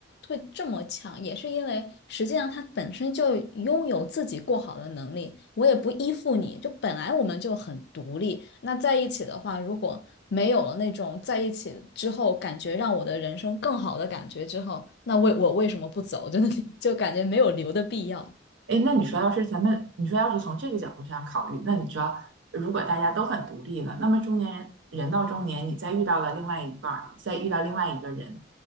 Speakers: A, on the left; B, on the right.
A: 会这么强，也是因为实际上他本身就拥有自己过好的能力，我也不依附你，就本来我们就很独立，那在一起的话，如果没有了那种在一起之后感觉让我的人生更好的感觉之后，那为我为什么不走？<laughs> 就就感觉没有留的必要。
B: 哎，那你说，要是咱们，你说要是从这个角度上考虑，那你知道，如果大家都很独立了，那么中年人人到中年，你再遇到了另外一半儿再遇到另外一个人，